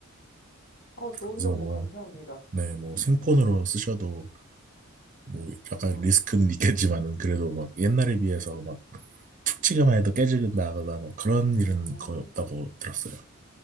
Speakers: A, on the left; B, on the right.
A: 어, 좋은
B: 그래서
A: 정보
B: 뭐,
A: 감사합니다.
B: 네, 뭐 생폰으로 쓰셔도 뭐 약간
A: 아,
B: 리스크는 있겠지만은 그래도 막 옛날에 비해서 막 툭 치기만 해도 깨지거나 뭐 그런
A: 아.
B: 일은 거의 없다고 들었어요.